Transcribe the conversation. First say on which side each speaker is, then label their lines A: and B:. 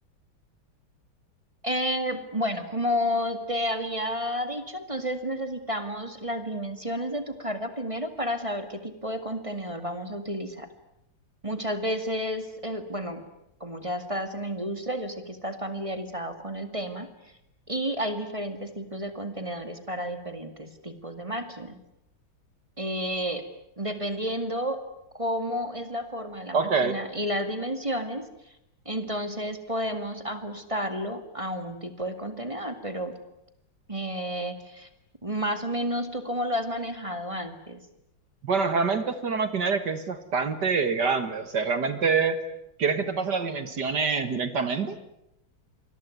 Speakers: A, on the right; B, on the right.
A: Eh, bueno, como te había dicho, entonces necesitamos las dimensiones de tu carga primero para saber qué tipo de contenedor vamos a utilizar. Muchas veces, eh, bueno, como ya estás en la industria, yo sé que estás familiarizado con el tema y hay diferentes tipos de contenedores para diferentes tipos de máquinas eh, dependiendo cómo es la forma de la
B: Ok,
A: máquina y las dimensiones, entonces podemos ajustarlo a un tipo de contenedor, pero eh, más o menos tú cómo lo has manejado antes.
B: bueno, realmente es una maquinaria que es bastante grande, o sea, realmente, ¿quieres que te pase las dimensiones directamente?